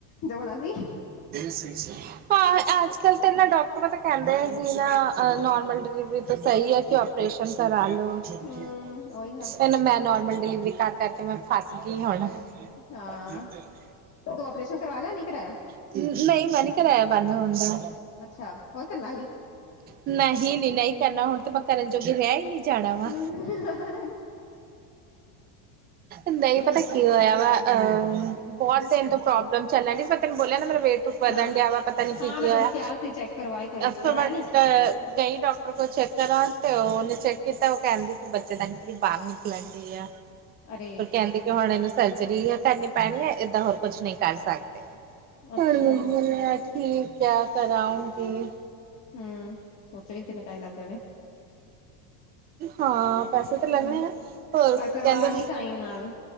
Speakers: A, on the left; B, on the right.
A: ਜੋ ਹੋਣਾ ਸੀ
B: ਤੇਨ ਸਹੀ ਸਹੀ ਹਾਂ ਅੱਜ ਕੱਲ ਤਾਂ ਨਾ ਡਾਕਟਰ ਪਤਾ ਕਹਿੰਦੇ ਆ ਜੀ ਨਾ ਨੋਰਮਲ ਡਿਲੀਵਰੀ ਤਾਂ ਸਹੀ ਹੈ ਕਿਂ ਓਪਰੇਸ਼ਨ ਕਰਾ ਲਓ
A: ਹੂੰ
B: ਇਹ
A: ਉਹੀ
B: ਨਾ ਮੈਂ ਨੋਰਮਲ ਡਿਲੀਵਰੀ ਕਰ ਕਰਕੇ ਮੈਂ ਫਸ ਗਈ ਹੁਣ
A: ਹਾਂ
B: ਦੇਖ ਰਹੇ
A: ਤੂੰ ਆਪਰੇਸ਼ਨ ਕਰਵਾ ਲਿਆ ਨਹੀਂ ਕਰਾਇਆ
B: <unintelligible> ਨਹੀਂ ਮੈਂ ਨੀ ਕਰਾਇਆ ਬੰਦ ਹੋਣ ਦਾ
A: ਅੱਛਾ ਹੋਰ ਕਰਨਾ ਹਾਲੀ
B: ਨਹੀਂ ਨਹੀਂ ਨਹੀਂ ਕਰਨਾ ਹੁਣ ਤੇ ਮੈਂ ਕਰਨ ਜੋਗੇ ਰਹਿ ਹੀ ਨਹੀਂ ਜਾਣਾ ਵਾ।
A: ਹੂ ਹਾ ਹਾ ਹਾ
B: ਨਹੀਂ ਪਤਾ
A: ਉਹ ਤੇ
B: ਕੀ ਹੋਇਆ ਵਾ ਬਹੁਤ ਦੇਰ ਤੋਂ ਪ੍ਰੋਬਲਮ ਚੱਲਣ ਡੀ ਪਰ ਮੈਂ ਤੈਨੂੰ ਬੋਲਿਆ ਨਾ ਮੇਰਾ ਵੇਟ ਤ ਵਧਣ
A: ਹਾਂ
B: ਡਿਆ ਵਾ ਪਤਾ ਨੀ ਠੀ
A: ਹਾਂ ਮੈਂ
B: ਕੀ
A: ਤੈਨੂੰ
B: ਹੋਇਆ
A: ਕਿਹਾ ਸੀ ਚੈੱਕ ਕਰਵਾ ਇੱਕ ਵਾਰੀ
B: ਅੋ
A: ਕਰਵਾਇਆ ਨੀ
B: ਕਈ ਡੋਕਟਰ ਕੋ ਚੈੱਕ ਕਰਉਣ ਤੇ ਉਹਨੇ ਚੈੱਕ ਕੀਤਾ। ਕਹਿੰਦੇ ਕਿ ਬੱਚੇ ਦਾਨੀ ਫਿਰ ਬਾਹਰ ਨਿਕਲਣਗੀ ਆ
A: ਅਰੇ
B: ਫਿਰ ਕਹਿੰਦੀ ਕਿ ਹੁਣ ਇਹਨੂੰ ਸਰਜਰੀ ਕਰਨੀ ਪੈਣੀ ਹੈ ਏਦਾਂ ਹੋਰ ਕੁੱਛ ਨਹੀਂ ਕਰ ਸਕਦੇ।
A: ਅੱਛਾ
B: ਹੂੰ ਮੈਂ ਬੋਲਿਆ ਠੀਕ ਆ ਕਰਾਂਉਗੀ
A: ਹੂੰ ਉੱਥੇ ਵੀ ਕਿੰਨੇ ਪੈਹੇ ਲੱਗ ਜਾਣੇ
B: ਹਾਂ ਪੈਸੇ ਤਾਂ ਲੱਗਣੇ
A: ਹੂੰ
B: ਹੈ ਹੋਰ
A: ਪਰ
B: ਕੀ
A: ਕਰਵਾ
B: ਕਹਿੰਦੇ
A: ਲਈ ਟਾਈਮ ਨਾਲ